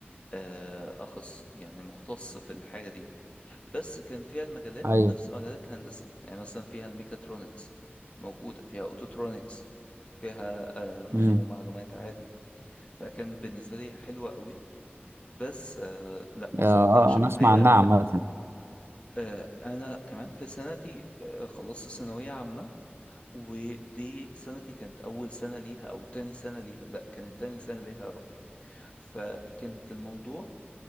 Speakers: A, on the left; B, on the right.
A: آه، أخص يعني مختص في الحاجة دي بس كان فيها المجالات
B: ايوه
A: نفس مجالات الهندسة يعني مثلا فيها الميكاترونكس موجودة فيها أوتوترونكس فيها آه، نظم
B: امم
A: ومعلومات عادي فكان بالنسبة لي حلوة قوي بس آه، لا ما
B: آه
A: ظبطتش
B: آه، انا
A: معايا
B: اسمع عنها عامه
A: آه، انا كمان في سنتي في- خلصت ثانوية عامة ودي سنتي كانت أول سنة ليها أو تاني سنة ليها لا كانت تاني سنة ليها يا ربي فكانت الموضوع